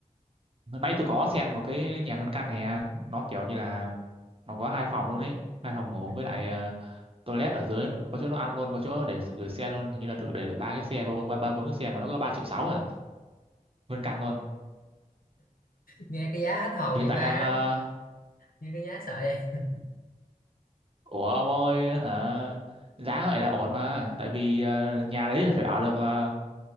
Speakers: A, on the right; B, on the left.
A: hồi nãy tôi có xem một cái nhà nguyên căn này nó kiểu như là nó có hai phòng luôn ấy hai phòng ngủ
B: Ừ.
A: với lại ờ, toilet ở dưới nó- có chỗ nó ăn luôn có chỗ để sự- gửi xe luôn hình như là được để được ba cái xe ba bốn ba ba bốn cái xe mà nó có ba triệu sáu à nguyên căn luôn
B: nghe cái giá hết hồn
A: hiện
B: vậy
A: tại
B: ba
A: đang ờ,
B: nghe cái giá sợ vậy
A: ủa ông ơi hả giá vậy là ổn mà tại vì ờ, nhà đấy là phải ở được ờ,